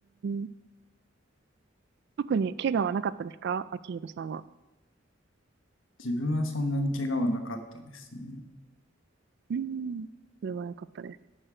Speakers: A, on the right; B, on the left.
A: ん。特に怪我はなかったですか秋広さんは。
B: 自分はそんなに怪我はなかったですね。
A: うん。それは良かったです。